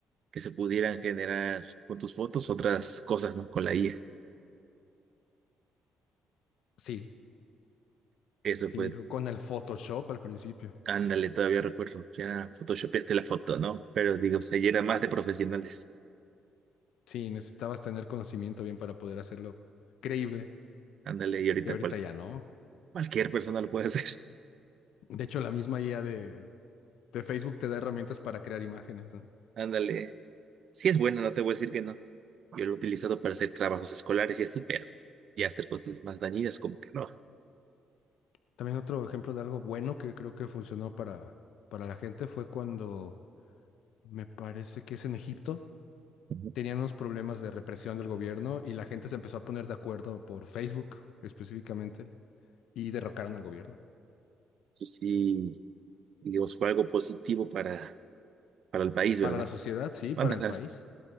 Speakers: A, on the right; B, on the left.
A: que se pudieran generar con tus fotos otras cosas, ¿no? Con la IA.
B: Sí,
A: Eso
B: sí,
A: fue,
B: con el Photoshop al principio.
A: ándale, todavía recuerdo, ya photoshopeaste la foto, ¿no? Pero digo, o sea, ya era más de profesionales.
B: Sí, necesitabas tener conocimiento bien para poder hacerlo creíble.
A: Ándale, y ahorita
B: Y ahorita
A: cual,
B: ya no.
A: cualquier persona lo puede <laughs> hacer.
B: De hecho, la misma IA de, de Facebook te da herramientas para crear imágenes, ¿no?
A: Ándale. Si es bueno, no te voy a decir que no. Yo lo he utilizado para hacer trabajos escolares y así, pero ya hacer cosas más dañinas, como que no.
B: También otro ejemplo de algo bueno que creo que funcionó para, para la gente fue cuando, me parece que es en Egipto
A: Ujú.
B: tenían unos problemas de represión del gobierno y la gente se empezó a poner de acuerdo por Facebook específicamente y derrocaron al gobierno.
A: Eso sí, digamos, fue algo positivo para, para el país,
B: Para
A: ¿verdad?
B: la sociedad, sí,
A: Mándalas.
B: para el país.